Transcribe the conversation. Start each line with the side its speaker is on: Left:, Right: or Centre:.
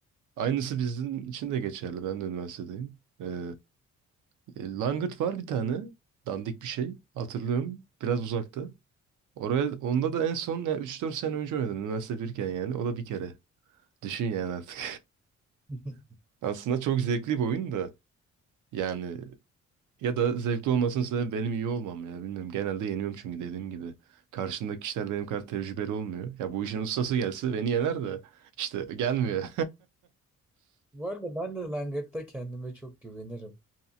Right: Aynısı bizim için de geçerli. Ben de üniversitedeyim. Ee, e, langırt var bir tane. Dandik bir şey. Hatırlıyorum. Biraz uzakta. Oraya, onda da en son yani 3-4 sene önce oynadım. Üniversite birken yani. O da bir kere. Düşün yani artık.
Centre: <laughs>
Right: <laughs> Aslında çok zevkli bir oyun da. Yani Ya da zevkli olmasının sebebi benim iyi olmam ya. Bilmiyorum. Genelde yeniyorum çünkü dediğim gibi. Karşımdaki kişiler benim kadar tecrübeli olmuyor. Ya bu işin ustası gelse beni yener de işte gelmiyor.
Centre: Bu arada ben de Langırt'ta kendime çok güvenirim.